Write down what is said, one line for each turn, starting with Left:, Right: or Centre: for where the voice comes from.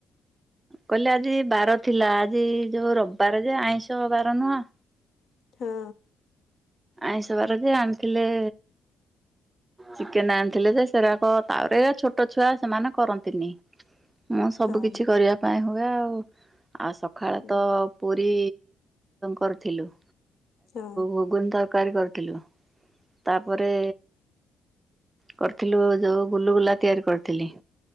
Right: କହିଲେ ଆଜି ବାର ଥିଲା ଆଜି ଯୋଉ ରବିବାର ଯେ ଆଇଁଷ ବାର ନୁହଁ।
Left: ହଁ।
Right: ଆଇଁଷ ବାର ଯେ ଆଣିଥିଲେ ଚିକେନ ଆଣିଥିଲେ ଯେ ସେରାକ ତାରେ ଛୋଟ ଛୁଆ ସେମାନେ କରନ୍ତିନି। ମୁଁ ସବୁ
Left: ହଁ
Right: କିିଛି କରିବା ପାଇଁ ହୁଏ ଆଉ ଆଉ ସକାଳେ
Left: ହଁ
Right: ତ ପୁରୀ କରଥିଲୁ।
Left: ହଁ।
Right: ଘୁଗୁନ ତରକାରୀ କରିଥିଲୁ, ତାପରେ କରିଥିଲୁ ଯୋଉ ଗୁଲୁଗୁଲା ତିଆରି କରିଥିଲି,